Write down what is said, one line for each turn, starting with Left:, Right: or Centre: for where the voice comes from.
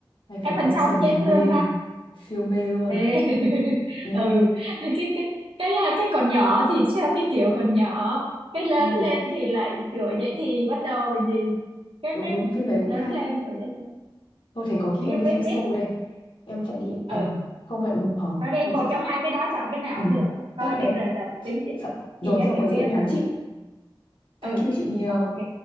Left: hai
Right: cái
Left: phần
Right: phần
Left: em
Right: sau
Left: xem
Right: cũng dễ thương
Left: mê
Right: ha
Left: siêu mê luôn
Right: Ê. <laughs>
Left: ừ
Right: ừ cái cái cái à, cái còn nhỏ thì theo cái kiểu còn nhỏ cái lớn
Left: ừ
Right: lên thì lại kiểu vậy thì bắt đầu gì cái
Left: đúng
Right: cái
Left: đúng phim đấy
Right: lớn
Left: cũng hay
Right: lên của dễ thương
Left: thôi thế có khi
Right: nhưng
Left: em đi
Right: biết
Left: xem show
Right: biết
Left: đây em chạy đi ờ
Right: ừ
Left: không lại mụ- ờ
Right: coi đi
Left: thế
Right: một
Left: sợ
Right: trong hai cái đó chọn cái nào
Left: ừ
Right: cũng được coi
Left: chắc là
Right: đi
Left: em
Right: rồi là tính tiếp
Left: sợ rồi
Right: chị giới
Left: xong
Right: thiệu
Left: có gì
Right: tiếp
Left: em nhắn chị
Right: ừ
Left: thank you chị nhiều
Right: ok